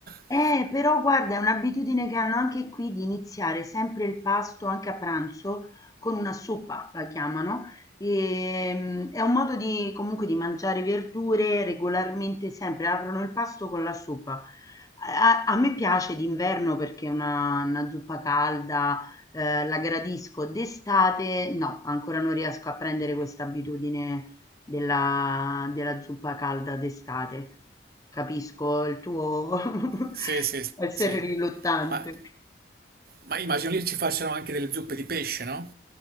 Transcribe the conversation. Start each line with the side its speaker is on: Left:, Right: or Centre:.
Right: <laughs>
Left: Eh, però guarda, è un'abitudine che hanno anche qui di iniziare sempre il pasto, anche a pranzo, con una zuppa, la chiamano. E, mm, è un modo di, comunque di mangiare verdure regolarmente, sempre aprono il pasto con la zuppa. A, a me piace d'inverno perché è una, una zuppa calda, eh, la gradisco. D'estate no, ancora non riesco a prendere questa abitudine della della zuppa calda d'estate. Capisco il tuo, <laughs>
Right: Sì, sì,
Left: Essere
Right: sì.
Left: riluttante.
Right: Ma, ma immagino lì ci facciano anche delle zuppe di pesce, no?